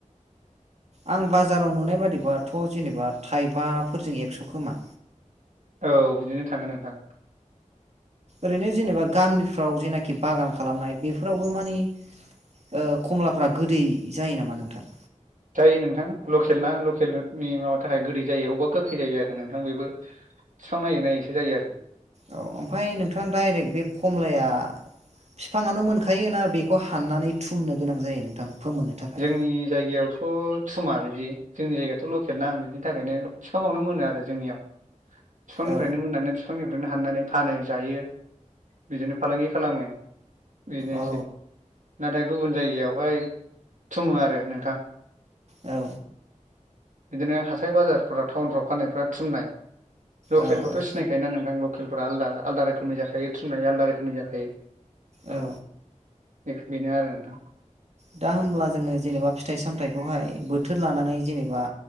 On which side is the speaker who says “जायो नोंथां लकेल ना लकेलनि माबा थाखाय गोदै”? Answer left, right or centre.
Right